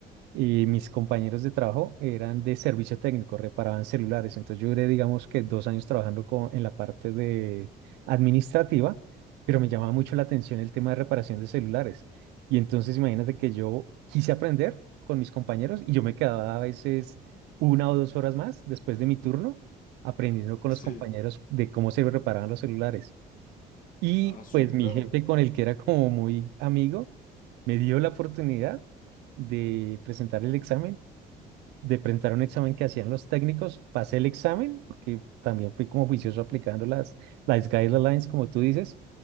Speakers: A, on the right (about 80°); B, on the left (about 55°).
A: y mis compañeros de trabajo eran de servicio técnico, reparaban celulares. Entonces yo duré, digamos que dos años trabajando co- en la parte de administrativa, pero me llamaba mucho la atención el tema de reparación de celulares. Y entonces imagínate que yo quise aprender con mis compañeros y yo me quedaba a veces una o dos horas más después de mi turno aprendiendo con
B: Sí.
A: los compañeros de cómo se reparaban los celulares. Y
B: Ah, súper,
A: pues mi jefe con el que era como muy amigo, me dio la oportunidad de presentar el examen, de presentar un examen que hacían los técnicos. Pasé el examen, porque también fui como juicioso aplicando las, las guidelines, como tú dices.